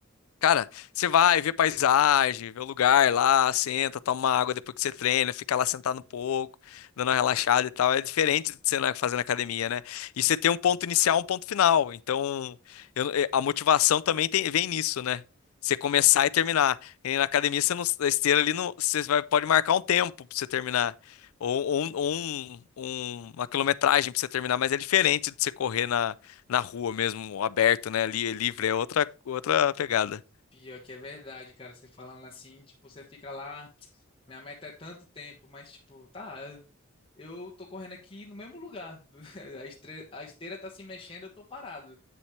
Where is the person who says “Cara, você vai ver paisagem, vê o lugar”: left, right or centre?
Left